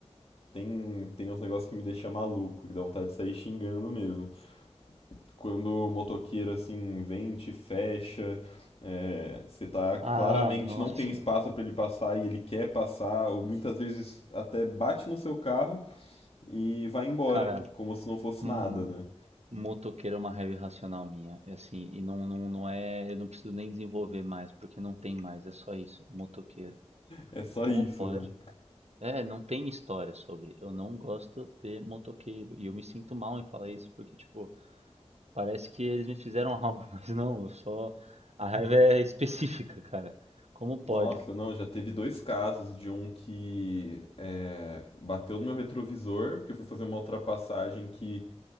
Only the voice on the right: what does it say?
Ah, nossa,
cara.
hum,
Motoqueiro é uma raiva irracional minha, é assim, e não, não, não é, eu não preciso nem desenvolver mais, porque não tem mais, é só isso, motoqueiro.
Como
pode?
É, não tem história sobre, eu não gosto de motoqueiro, e eu me sinto mal em falar isso, porque, tipo, parece que eles me fizeram algo, <laughs> mas não, eu só, a raiva é específica, cara, como pode?